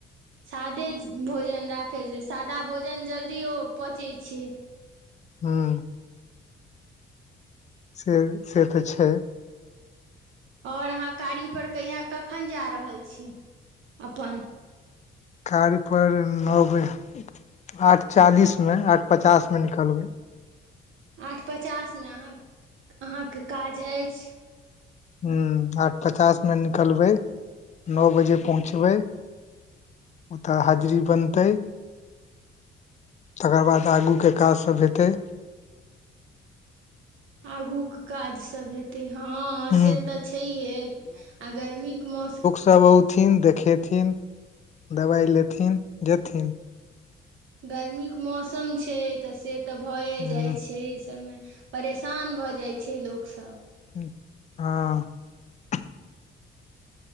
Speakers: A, on the right (about 80°); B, on the left (about 35°).
A: सादे भोजन राखैत छै सादा भोजन जल्दी ओ पचै छै
B: हूं। से से तऽ छै।
A: ओर अहाँ कार्य पर कहिया कखन जा रहल छी अपन।
B: कार्य पर नौ बजे आठ चालीस में आठ पचास में निकलबै।
A: आठ पचास मे अहाँ अहाँ के काज अछि।
B: ह आठ पचास मे निकलबै न बजे पहुँचबै तऽ हाजरी बनतै। तकर बाद आगू के काज सभ हेतै।
A: आगू क काज सब हेत। ते हँ
B: हूं
A: से तऽ छैहे आ गरमीक मौसम।
B: तब औथिन देखेथिन दबाइ लेथिन जेथिन।
A: गरमीक मौसम छै तऽ से तऽ भए
B: ह
A: जाइ छै इ सबमे। परेशान भऽ जाइ छै लोकसब।
B: हूँ आँ <unintelligible>